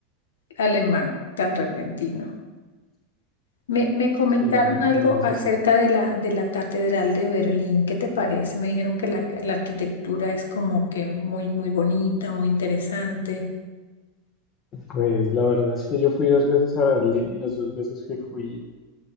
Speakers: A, on the left; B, on the left.
A: alemán tan repentino. Me, me comentaron
B: Sí, no, no,
A: algo
B: no hay necesidad.
A: acerca de la, de la Catedral de Berlín. ¿Qué te parece? Me dijeron que la, la arquitectura es como que muy, muy bonita, muy interesante.
B: Pues la verdad es que yo fui dos veces a Berlín y las dos veces que fui